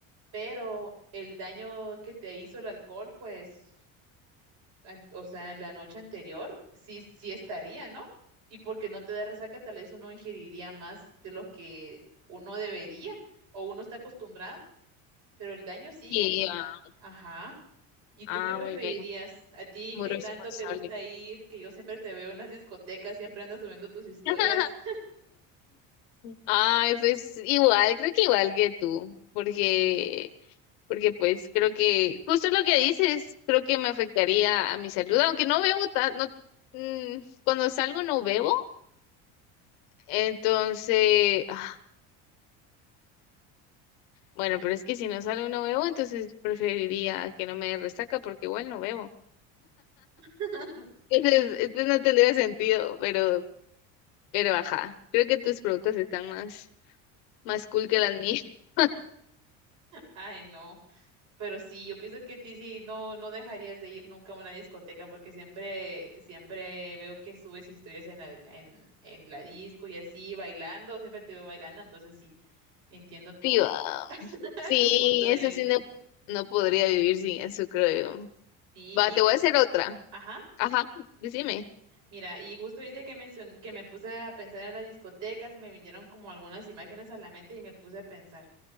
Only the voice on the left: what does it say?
Sí, ah,
ah,
muy bien,
muy
responsable.
<laughs> Ay, pues igual, creo que igual que tú, porque porque pues creo que justo lo que dices, creo que me afectaría a mi salud, aunque no bebo tan, no, mm, cuando salgo no bebo, entonces, ah, bueno, pero es que si no salgo y no bebo, entonces preferiría que no me dé resaca porque igual no bebo.
<laughs> Entonces, entonces no tendría sentido, pero, pero ajá, creo que tus preguntas están más, más cool que las mías. <laughs>
Sí, va.
Sí,
eso
sí no, no podría vivir sin eso, creo yo.
Va,
te
voy a hacer otra.
Ajá, decime.